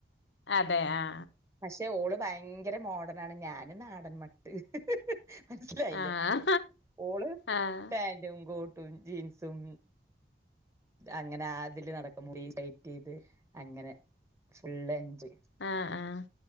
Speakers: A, on the left; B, on the right.
A: അതെ ആ
B: പക്ഷെ ഓള് ഭയങ്കര മോഡേൺ ആണ് ഞാന് നാടന്മട്ട് മനസിലായില്ലേ
A: ആഹ്
B: ഓള്
A: ആഹ്
B: പാന്റും കോട്ടും ജീൻസും അങ്ങനെ ആതില് നടക്കുമ്പോ ഫൈറ്റ് ചെയ്ത് അങ്ങനെ ഫുള്ഞ്ച്
A: ആഹ് ആഹ്